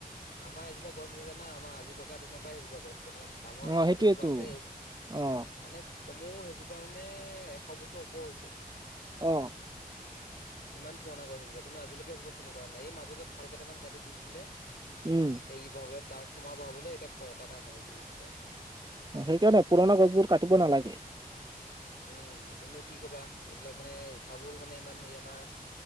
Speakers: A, on the left; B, on the right.
A: আমাৰ এজোপা গছ আছে জানা, আমাৰ আজু ককা দিনৰ পৰাই সেইজোপা গছ আছে। তাত মানে ডাঙৰ
B: অ
A: আহত
B: সেইটোয়েতো
A: এজোপা আছে।
B: অ
A: মানে কমৌ সেইজোপা মানে এশ বছৰ ওপৰ হৈছে।
B: অহ,
A: ইমান পুৰণা গছ সেইজোপা, কিন্তু আজিলৈকে সেইজোপা কোনো কৰা নাই এই মাজতে থাল কেইটামান কাটি দিছিলে।
B: উম
A: হেৰি বহাবলৈ ট্ৰানঞ্চফৰ্মাৰ বহাবলৈ এতিয়া কটা নাই মানে ঘূৰি চপাই।
B: অ সেইকাৰণে পুৰণা গছবোৰ কাটিব নালাগে।
A: উম, কিন্তু কি কবা এইবিলাক মানে উঠাবলৈ মানে ইমান হেৰি আমাৰ